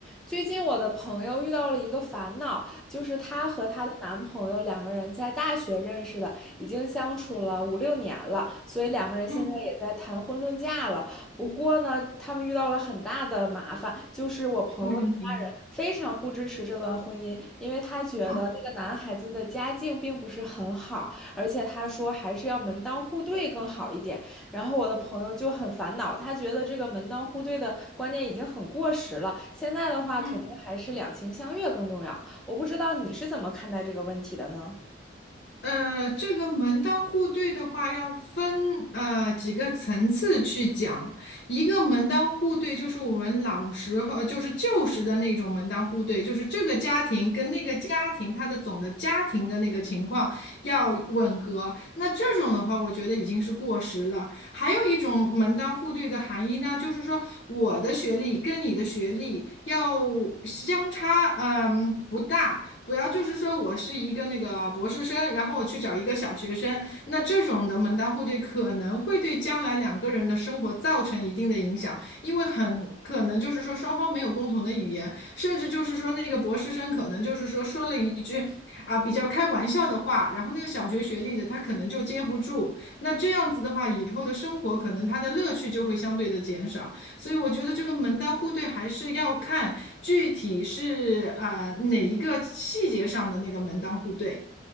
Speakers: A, in the centre; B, on the left (about 50°).
A: 最近我的朋友遇到了一个烦恼，就是她和她的男朋友两个人在大学认识的，已经相处了五六年了，所以两个人现在也在谈婚论嫁了。
B: 嗯，
A: 不过呢，他们遇到了很大的麻烦，就是我朋友的家人非常不支持这段婚姻，
B: 什么问题？
A: 因为他觉得那个男孩子的家境并不是很好，
B: 啊，
A: 而且他说还是要门当户对更好一点。然后我的朋友就很烦恼，他觉得这个门当户对的观念已经很过时了，现在的话肯定还是两情相悦更重要。
B: 嗯，
A: 我不知道你是怎么看待这个问题的呢？
B: 呃，这个门当户对的话，要分呃几个层次去讲。一个门当户对就是我们老时候，就是旧时的那种门当户对，就是这个家庭跟那个家庭，它的总的家庭的那个情况要吻合。那这种的话，我觉得已经是过时了。还有一种门当户对的含义呢，就是说我的学历跟你的学历要相差，嗯，不大。不要就是说我是一个那个博士生，然后我去找一个小学生，那这种的门当户对可能会对将来两个人的生活造成一定的影响，因为很可能就是说双方没有共同的语言，甚至就是说那个博士生可能就是说说了一句啊比较开玩笑的话，然后那个小学学历的他可能就接不住，那这样子的话，以后的生活可能他的乐趣就会相对的减少。所以我觉得这个门当户对还是要看具体是啊、哪一个细节上的那个门当户对。